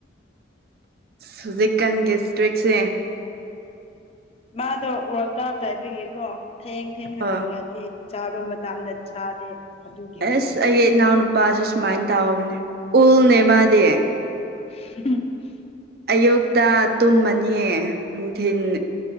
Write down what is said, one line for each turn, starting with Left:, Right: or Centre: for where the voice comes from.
Right: ꯍꯧꯖꯤꯛꯀꯥꯟ ꯒꯦꯁꯇ꯭ꯔꯤꯛꯁꯦ
Left: ꯃꯥꯗꯣ ꯋꯥꯜ ꯀꯞ ꯂꯩꯕꯒꯤ ꯀꯣ ꯊꯦꯡ ꯊꯦꯡꯅ
Right: ꯑꯥ
Left: ꯍꯧꯒꯠꯂꯤ꯫ ꯆꯥꯕ ꯃꯇꯝꯗ ꯆꯥꯗꯦ꯫ ꯑꯗꯨꯒꯤ ꯑꯣꯏꯔꯝꯅꯤ
Right: ꯑꯁ ꯑꯩꯒꯤ ꯏꯅꯥꯎꯅꯨꯄꯥꯖꯨ ꯁꯨꯃꯥꯏꯅ ꯇꯧꯕꯅꯦ ꯎꯜꯅꯦ ꯃꯥꯗꯤ꯫
Left: <unintelligible>
Right: ꯑꯌꯨꯛꯇ ꯇꯨꯝꯃꯅꯤꯌꯦ ꯅꯨꯡꯊꯤꯟ